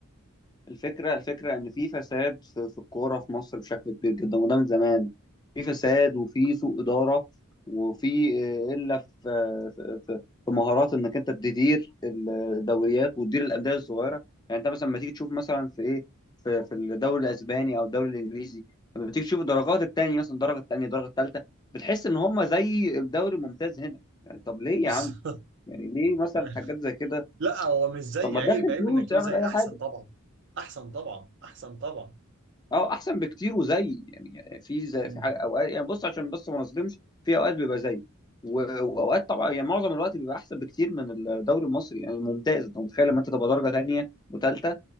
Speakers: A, on the left (about 20°); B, on the right (about 55°).
A: الفكرة الفكرة إن في فساد في, في الكورة في مصر بشكل كبير جدا وده من زمان في فساد وفي سوء إدارة وفي آه، إلا في آه، في في- في مهارات إنك أنت تدير الدوريات وتدير الأندية الصغيرة يعني أنت مثلا لما تيجي تشوف مثلا في إيه في في الدوري الأسباني أو الدوري الإنجليزي لما تيجي تشوف الدرجات التانية مثلا الدرجة التانية الدرجة التالتة بتحس إن هما زي الدوري الممتاز هنا يعني طب ليه
B: بالظبط
A: يا عم يعني ليه
B: <laughs>
A: مثلا حاجات زي كده
B: لا هو مش زي
A: طب ما
B: عيب
A: تدخل
B: عيب
A: فلوس
B: انك تقول
A: اعمل
B: زي
A: أي
B: احسن
A: حاجة
B: طبعا احسن طبعا احسن طبعا
A: اه احسن بكتير وزي يعني في زي
B: مم.
A: في حاجة اوقات يعني بص عشان بس ما نظلمش في اوقات بيبقى زي و- واوقات طبعا يعني معظم الوقت بيبقى احسن بكتير من الدوري المصري يعني ممتاز انت متخيل لما انت تبقى درجه تانيه وتالته